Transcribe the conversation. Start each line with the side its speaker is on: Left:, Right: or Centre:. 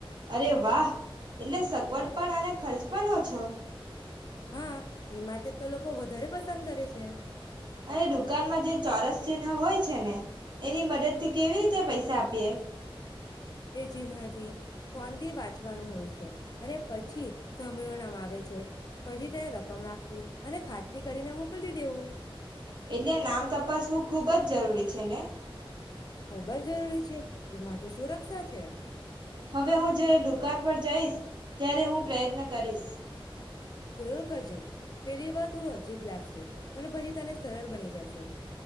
Right: અરે વાહ એટલે સગવડ પણ અને ખર્ચ પણ ઓછો.
Left: હા એ માટે તો લોકો વધારે પસંદ કરે છે. છે.
Right: અને દુકાનમાં જે ચોરસ ચિહ્ન હોય છે ને એની મદદ થી કેવી રીતે પૈસા આપીએ.
Left: એ ચિન્હથી ફોનથી વાંચવાનું હોય છે. અને પછી સમયોનામાં માપ. વેચે. પછી તેને રકમ નાખવી અને ખાતરી કરીને મોકલી દેવું.
Right: એટલે નામ તપાસવું ખૂબ જ જરૂરી છે ને.
Left: ખૂબ જ જરૂરી છે. એમાં તો સુરક્ષા છે
Right: હવે હું જે દુકાન પર જઈશ. ત્યારે હું પ્રયત્ન કરીશ.
Left: જરૂર કરજે પેલી વાર થોડું અજીબ લાગશે. પણ પછી તને સરળ બની જશે.